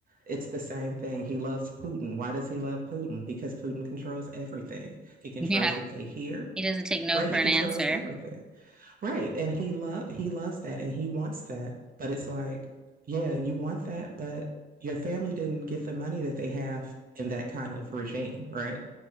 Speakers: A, on the right; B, in the centre.
A: It's the same thing. He loves Putin. Why does he love Putin? Because Putin controls everything.
B: <laughs>
A: He controls
B: Yeah,
A: what they hear,
B: he doesn't take no
A: right?
B: for
A: He
B: an
A: controls
B: answer.
A: everything. Right. And he love he loves that and he wants that. But it's like, yeah, you want that, but your family didn't get the money that they have in that kind of regime, right?